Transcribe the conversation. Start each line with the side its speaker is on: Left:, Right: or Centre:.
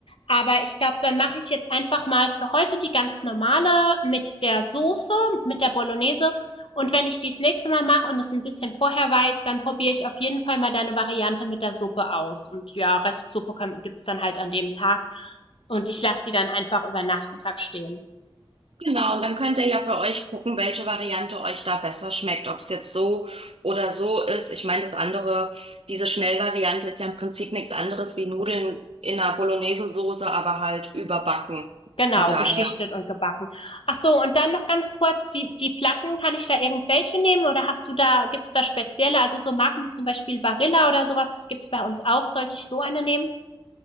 Left: Aber ich glaube, dann mache ich jetzt einfach mal für heute die ganz normale mit der Soße, mit der Bolognese. Und wenn ich die's nächste Mal mache und es ein bisschen vorher weiß, dann probiere ich auf jeden Fall mal deine Variante mit der Suppe aus. Und ja, Restsuppe kann gibt's dann halt an dem Tag. Und ich lasse die dann einfach über Nacht 'n Tag stehen.
Right: Genau, und dann könnt ihr ja für euch gucken, welche Variante euch da besser schmeckt, ob es jetzt so oder so ist. Ich meine, das andere, diese Schnellvariante ist ja im Prinzip nichts anderes wie Nudeln in einer Bolognese-Soße, aber halt überbacken.
Left: Genau,
Right: Von daher,
Left: geschichtet und gebacken. Ach so, und dann noch ganz kurz, die, die Platten, kann ich da irgendwelche nehmen oder hast du da, gibt's da spezielle, also so Marken wie zum Beispiel Barilla oder sowas, das gibt's bei uns auch. Sollte ich so eine nehmen?